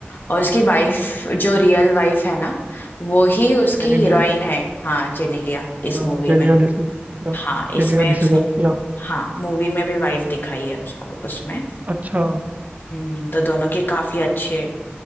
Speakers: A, on the left; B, on the right.
A: और उसकी वाइफ जो रियल वाइफ है ना वो ही उसकी
B: जेनेलिया
A: हीरोइन है हाँ जेनेलिया
B: अच्छा
A: इस मूवी
B: जेनेलिया
A: में
B: डिस या
A: हाँ
B: जेनेलिया
A: इसमें
B: डिसीजर
A: उसकी
B: या
A: हाँ मूवी में भी वाइफ दिखाई है उसको उसमें
B: अच्छा
A: हम्म, तो दोनों की काफी अच्छे